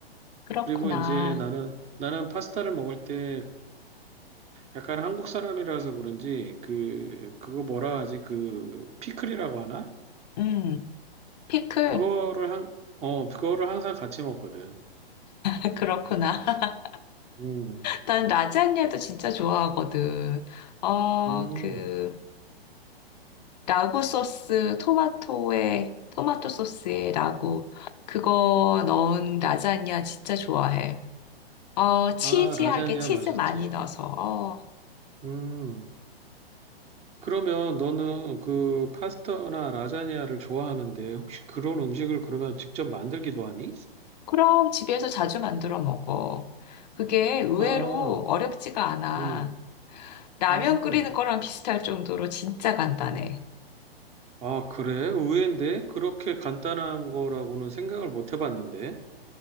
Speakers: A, on the left (about 45°); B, on the right (about 20°).
A: 그렇구나.
B: 그리고 이제 나는, 나는 파스타를 먹을 때 약간 한국 사람이라서 그런지 그 그거 뭐라 하지? 그 피클이라고 하나?
A: 음. 피클?
B: 그거를 한 어, 그거를 항상 같이 먹거든.
A: <laughs> 그렇구나.
B: 음.
A: 난 라자냐도 진짜 좋아하거든. 어,
B: 음.
A: 그, 라구 소스, 토마토에, 토마토 소스에 라구. 그거 넣은 라자냐 진짜 좋아해. 어, 치즈하게
B: 아, 라자냐
A: 치즈
B: 맛있지.
A: 많이 넣어서. 어,
B: 음. 그러면 너는 그 파스타나 라자냐를 좋아하는데 혹시 그런 음식을 그러면 직접 만들기도 하니?
A: 그럼 집에서 자주 만들어 먹어. 그게 의외로
B: 아,
A: 어렵지가 않아.
B: 음.
A: 라면
B: 음.
A: 끓이는 거랑 비슷할 정도로 진짜 간단해.
B: 아, 그래? 의외인데? 그렇게 간단한 거라고는 생각을 못 해봤는데.